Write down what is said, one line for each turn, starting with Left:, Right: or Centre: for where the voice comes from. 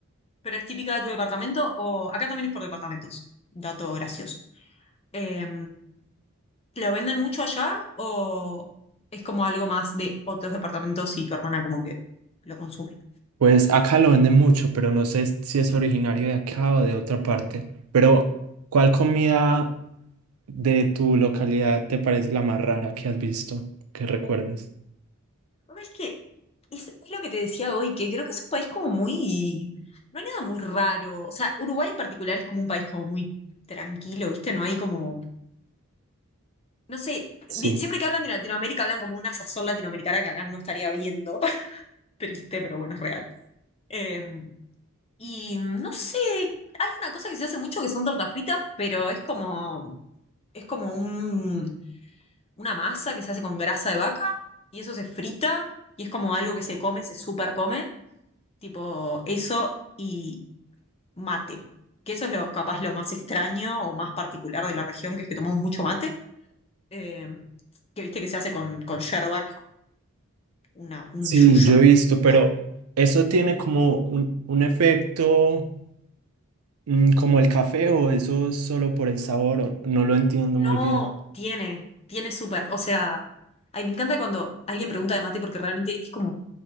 Left: ¿Pero es típica de tu departamento o acá también es por departamentos? Dato gracioso. Eh, ¿lo venden mucho allá o es como algo más de otros departamentos y tu hermana como que lo consume?
Right: Pues acá lo venden mucho, pero no sé si es originario de acá o de otra parte. Pero, ¿cuál comida? de tu localidad te parece la más rara que has visto, que recuerdes?
Left: Es que es, es lo que te decía hoy, que creo que es un país como muy... No hay nada muy raro. O sea, Uruguay en particular es como un país como muy tranquilo, ¿viste? No hay como... No sé,
Right: Sí.
Left: vi- siempre que hablan de Latinoamérica hablan como una sazón latinoamericana que acá no estaría viendo. <laughs> Triste, pero bueno, es real. Eh, y no sé, hay una cosa que se hace mucho que son tortas fritas, pero es como, es como un- una masa que se hace con grasa de vaca y eso se frita y es como algo que se come, se super come, tipo eso y mate, que eso es lo capaz lo más extraño o más particular de la región, que es que tomamos mucho mate, eh, que viste que se hace con, con yerba, que es como una, un
Right: Sí,
Left: yuyo,
Right: yo he visto,
Left: una planta.
Right: pero ¿eso tiene como un, un efecto mm, como el café o eso es solo por el sabor? O- No lo entiendo
Left: No,
Right: muy bien.
Left: tiene, tiene súper. O sea, ay, me encanta cuando alguien pregunta de mate porque realmente es como,